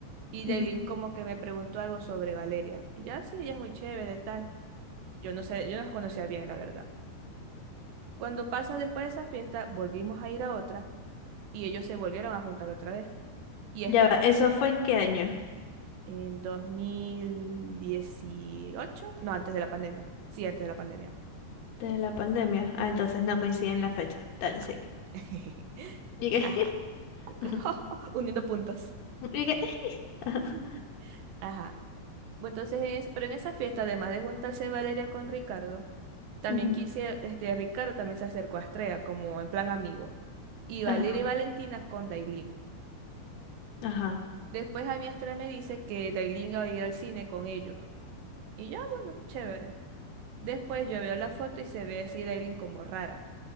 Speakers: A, on the right; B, on the left.
A: Y Daylin
B: Mm.
A: como que me preguntó algo sobre Valeria. Y ya sí, ella es muy chévere, tal. Yo no sé, yo no las conocía bien, la verdad. Cuando pasa después de esa fiesta, volvimos a ir a otra y ellos se volvieron a juntar otra vez. Y esta
B: Ya va, ¿eso fue en qué año?
A: En 2018, no, antes de la pandemia. Sí, antes de la pandemia.
B: De la pandemia. Ah, entonces no coinciden la fecha. Dale,
A: No.
B: sí.
A: <laughs>
B: Llegué.
A: Ajá.
B: <laughs>
A: Como que, <laughs>
B: Ajá.
A: Uniendo puntos.
B: Llegué. Ajá.
A: <laughs> Ajá. Bueno, entonces, en es- pero en esa fiesta, además de juntarse Valeria con Ricardo, también
B: Ujú.
A: quise, este, Ricardo también se acercó a Estrella, como en plan amigo. Y Valeria
B: Ajá.
A: y Valentina con Dailin.
B: Ajá.
A: Después a mí Estrella me dice que Dailin va a ir al cine con ellos. Y ya, bueno, chévere. Después yo veo la foto y se ve así Dailin como rara.